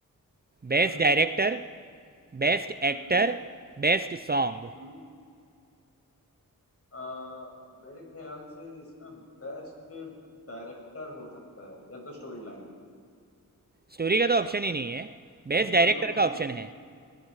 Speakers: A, on the left; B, on the right.
A: हम्म
B: best director best
A: हम्म
B: actor best song
A: हम्म अ, मेरे ख्याल से इसमें बेस्ट डायरेक्टर हो सकता है या तो स्टोरी लाइन
B: Story का तो ऑप्शन ही नहीं है बेस्ट
A: अच्छा स्टोरी
B: डायरेक्टर
A: का ऑप्शन
B: का
A: नहीं
B: ऑप्शन
A: है
B: है